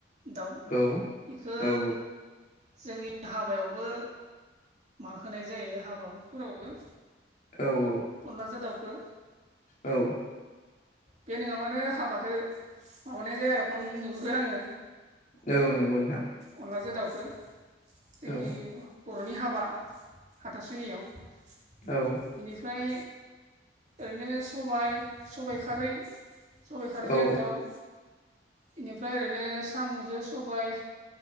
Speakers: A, on the right (about 35°); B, on the left (about 40°).
A: दाउ
B: औ
A: बेखौ
B: औ
A: जोंनि हाबायावबो मा होनाय जायो हाबाफोरावबो
B: औ
A: अनलाजों दाउखौ
B: औ
A: बे नङाबानो हाबाखौ माबानाय जाया आरो खम नोहरो आङो
B: औ नंगौ नोंथां
A: अनलाजों दाउखौ जोंनि
B: औ
A: बर'नि हाबा बा <unintelligible> हाथासुनियाव
B: औ
A: बिनिफ्राय ओरैनो सबाइ सबाइ खारै सबाय खारैजों
B: औ
A: दाउ बेनिफ्राय ओरैनो साम'जों सबाय